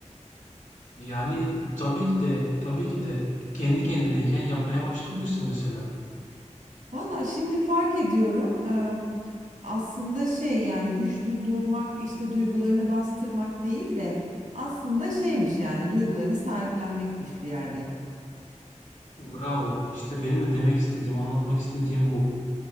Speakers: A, on the left; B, on the right.
A: Yani tabii ki de tabii ki de kendi kendineyken yapmaya başlayabilirsin mesela.
B: Vallahi şimdi fark ediyorum. e, aslında şey yani güçlü durmak işte duygularını bastırmak değil de aslında şeymiş yani duygularını sahiplenmekmiş bir yerde.
A: Bravo. İşte benim de demek istediğim, anlatmak istediğim bu.